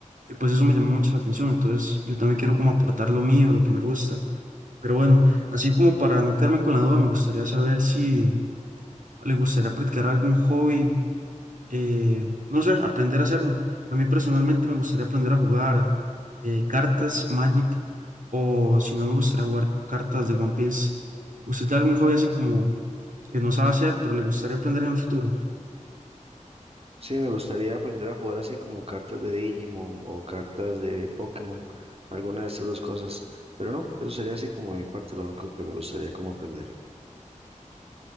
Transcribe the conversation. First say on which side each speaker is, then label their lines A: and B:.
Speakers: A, on the right (about 80°); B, on the right (about 50°).
A: Y pues eso me llamó mucho la atención. Entonces yo también quiero como aportar lo mío, lo que me gusta. Pero bueno, así como para no quedarme con la duda, me gustaría saber si le gustaría practicar algún hobby, eh, no sé, aprender a hacerlo. A mí personalmente me gustaría aprender a jugar eh, cartas, Magic, o si no me gustaría jugar cartas de One Piece. ¿Usted tiene algún hobby así como que no sabe hacer, pero le gustaría aprender en el futuro?
B: Sí, me gustaría aprender a jugar así como cartas de Digimon o cartas de Pokémon, alguna de estas dos cosas. Pero no, eso sería así como de mi parte, lo único que me gustaría como aprender.